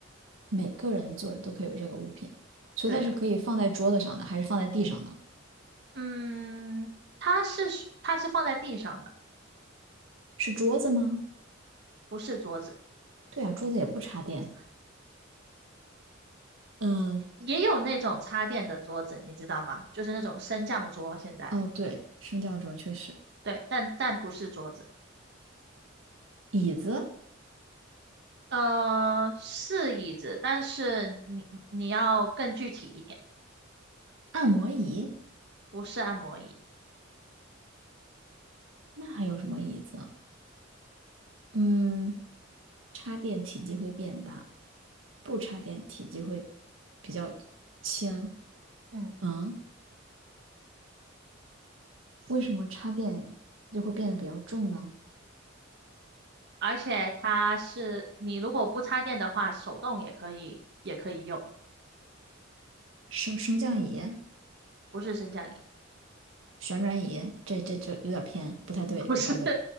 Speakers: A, on the right; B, on the right.
A: 每个人的座位都可以有这个物品，所以它是可以放在桌子上的，
B: 对的，
A: 还是放在地上的？
B: 嗯，它是属它是放在地上的，
A: 是桌子吗？
B: 不是桌子。
A: 对啊，桌子也不插电。嗯，
B: 也有那种插电的桌子，你知道吗？就是那种升降桌，现在
A: 哦，对，升降桌确实，
B: 对，但但不是桌子。
A: 椅子、
B: 呃，是椅子，但是你你要更具体一点，
A: 按摩椅，
B: 不是按摩椅。
A: 那还有什么椅子啊？嗯，插电体积会变大，不插电体积会比较轻。
B: 嗯，
A: 嗯，为什么插电就会变得比较重呢？
B: 而且它是你如果不插电的话，手动也可以，也可以用，
A: 升升降椅、
B: 不是升降椅，
A: 旋转椅，这这这有点偏，不太对，
B: <laughs> 不是
A: 我感觉，